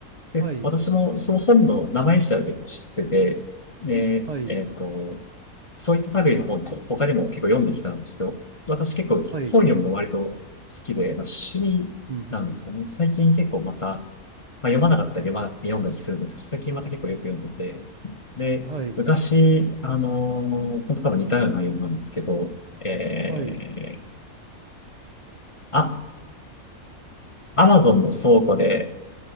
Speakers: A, on the left; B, on the right.
A: で、
B: はい、
A: 私もその本の名前自体は結構知ってて、で、
B: はい、
A: えっと、そういった類の本って他にも結構読んできたんですよ。私結構本読むの割と好きで、
B: はい、
A: まあ、趣味なんですかね。
B: うん、うん
A: 最近結構また、まあ、読まなかったり読まな読んだりするんですけど、最近また結構よく読んでて、で、
B: うんはい、
A: 昔、あのー本当多分似たような内容なんですけど、えー、
B: はい、
A: あ、アマゾンの倉庫で、